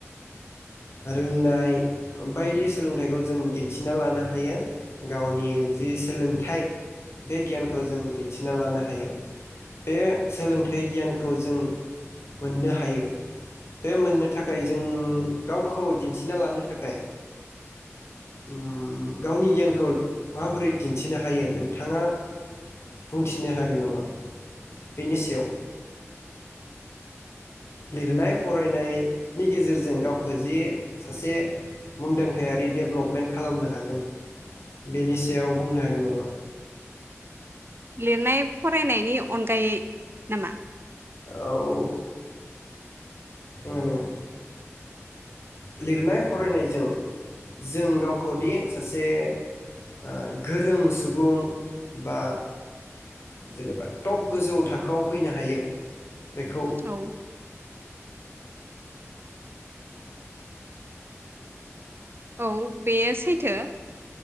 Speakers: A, on the left (about 60°); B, on the right (about 50°).
A: रोंनाय बायदि सोलोंथाइखौ जों दिन्थिना लानो हायो गावनि जि सोलोंथाइ बे गियानखौ जों दिन्थिना लानो हायो बे सोलोंथाइ गियानखौ जों मोननो हायो बे मोननो थाखाय जों गावखौ दिन्थिना लानो थाखाय उम गावनि गियानखौ माबोरै दिन्थिनो हायो नोंथाङा बुंथिनो हागोन नामा बेनि सायाव लिरनाय फरायनायनि गेजेरजों गावखौ जि सासे मुंदांखायारि डेभलपमेन्ट खालामनो हागोन बेनि सायाव बुंनो हागोन नामा?
B: लिरनाय फरायनायनि अनगायै नामा?
A: औ <unintelligible> नोंगो लिरनाय फरायनायजों जों गावखौदि सासे ओ गोरों सुबुं बा जेनेबा टप गोजौ थाखोयाव फैनो हायो बेखौ
B: औ औ बेयो सैथो